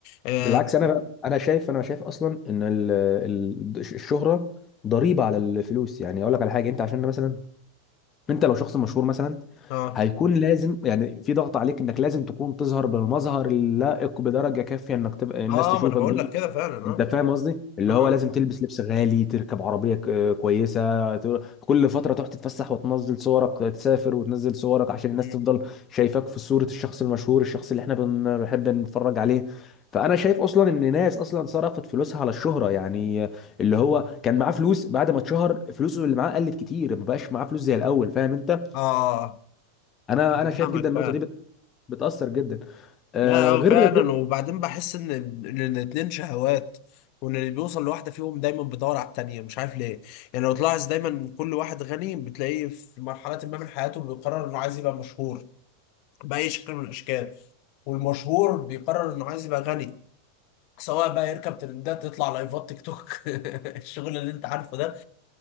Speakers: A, on the left; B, on the left.
A: آه
B: بالعكس انا بقى انا شايف انا شايف اصلا ان ال... ال- الشهره ضريبه على الفلوس يعني اقول لك على حاجه انت عشان مثلا انت لو شخص مشهور مثلا
A: آه
B: هيكون لازم يعني في ضغط عليك انك لازم تكون تظهر بالمظهر اللائق بدرجه كافيه انك تبقى الناس
A: آه
B: تشوفك
A: ما أنا بقول
B: بيه
A: لك كده فعلا
B: انت
A: آه
B: فاهم قصدي اللي
A: آه آه.
B: هو لازم تلبس لبس غالي تركب عربيه ك- آه، كويسه ت- كل فتره تروح تتفسح وتنزل صورك تسافر وتنزل صورك عشان
A: مم.
B: الناس تفضل شايفاك في صوره الشخص المشهور الشخص اللي احنا بن- بنحب نتفرج عليه فانا شايف اصلا ان ناس اصلا صرفت فلوسها على الشهره يعني آه، اللي هو كان معاه فلوس بعد ما اتشهر فلوسه اللي معاه قلت كتير ما بقاش معاه فلوس زي الاول فاهم انت
A: آه
B: انا
A: أنا
B: انا شايف
A: فاهمك
B: جدا النقطه
A: فعلا
B: دي بت- بتاثر جدا آه
A: لا آه
B: غير
A: فعلا
B: غير-
A: وبعدين بحس إن إن الاتنين شهوات وإن اللي بيوصل لواحدة فيهم دايما بيدور على التانية مش عارف ليه يعني لو تلاحظ دايما كل واحد غني بتلاقيه في مرحلة ما من حياته بيقرر إنه عايز يبقى مشهور بأي شكل من الأشكال والمشهور بيقرر إنه عايز يبقى غني سواء بقى يركب ترندات تطلع لايفات تيك توك <laughs> الشغل اللي انت عارفه ده